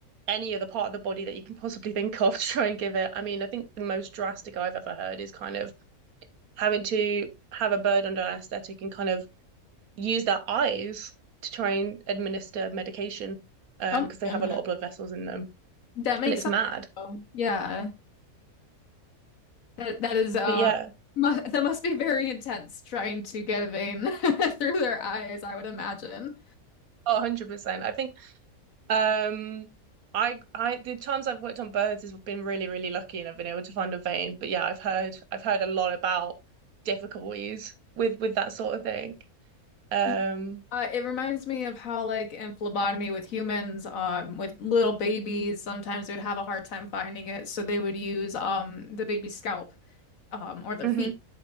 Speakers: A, on the right; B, on the left.
A: any other part of the body that you can possibly think of <laughs> to try and give it. I mean, I think the most drastic I've ever heard is kind of having to have a bird under anesthetic and kind of use their eyes to try and administer medication uh,
B: Oh my
A: because they
B: goodness.
A: have a lot of blood vessels in them
B: That makes
A: and it's
B: sense.
A: mad.
B: though. Yeah. That that is uh
A: But yeah,
B: mu that must be very intense trying to get a vein <laughs> through their eyes, I would imagine.
A: 100%. I think Um, I I the times I've worked on birds has been really, really lucky and I've been able to find a vein. But yeah, I've heard I've heard a lot about difficulties with with that sort of thing. Um,
B: Y- Uh, it reminds me of how like in phlebotomy with humans, um, with little babies, sometimes they would have a hard time finding it, so they would use um the baby's scalp um or their
A: hmm
B: feet.